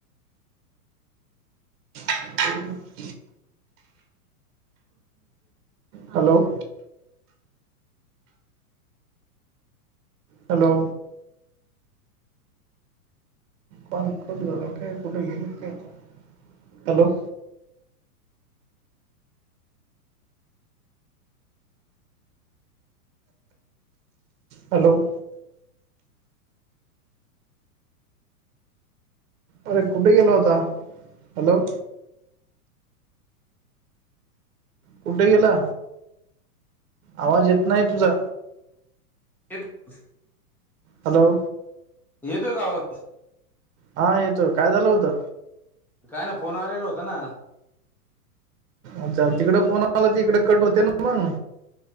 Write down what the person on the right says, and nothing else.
<unintelligible> Hello. Hello. Call cut झाला काय कुठे गेले काय आता हॅलो. हॅलो. अरे कुठे गेला होता, हॅलो. कुठे गेला आवाज येत नाही तुझा.
हॅलो.
हां येतोय, काय झालं होतं.
अच्छा तिकडे फोन आला की इकडे कट होते ना मग.